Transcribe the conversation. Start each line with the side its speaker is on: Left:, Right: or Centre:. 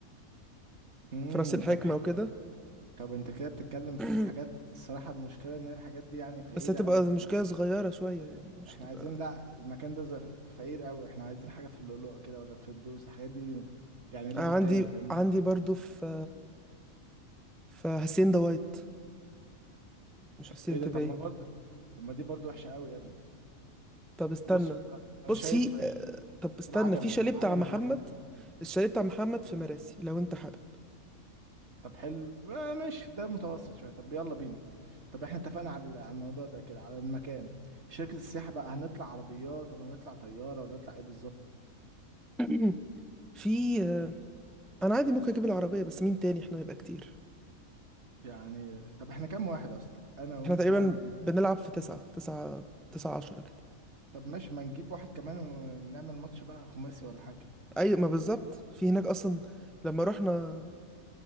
Right: امم
Centre: في راس الحكمة
Right: طب حلو
Centre: وكده
Right: طب انت كده بتتكلم في
Centre: <clears throat>
Right: حاجات الصراحه المشكله ان هي الحاجات دي يعني فقيره
Centre: بس هتبقى
Right: قوي احنا
Centre: مشكلة صغيرة شوية يعني مش
Right: احنا
Centre: هتبقى
Right: عايزين لا المكان ده ز- فقير قوي احنا عايزين حاجه في اللؤلؤه كده ولا في فردوس الحاجات دي يعني ليفل
Centre: آه، عندي
Right: تاني فاهمني
Centre: عندي برضو في في حسين دوايت مش حسين
Right: ايه ده
Centre: تبعي
Right: طب ما برضه طب ما دي برضه وحشه قوي يا ابني
Centre: طب استنى
Right: بص انا
Centre: بص
Right: شايف
Centre: في آه، طب استنى
Right: العجمي
Centre: في شاليه
Right: العجمي
Centre: بتاع محمد
Right: احلى
Centre: الشاليه بتاع محمد في مراسي لو انت حابب
Right: طب حلو آه ماشي ده متوسط شوية طب يلا بينا طب احنا اتفقنا على على الموضوع ده كده على المكان شركة السياحة بقى هنطلع عربيات ولا نطلع طيارة ولا نطلع ايه بالظبط
Centre: <clears throat> في آه، انا عادي ممكن اجيب العربية بس مين تاني احنا نبقى كتير
Right: يعني طب احنا كام واحد اصلا انا وانت
Centre: احنا تقريبا
Right: و...
Centre: بنلعب في تسعة تسعة تسعة عشرة كده
Right: طب ماشي ما نجيب واحد كمان ونعمل ماتش بقى خماسي ولا حاجة
Centre: اي ما بالظبط في هناك اصلا لما رحنا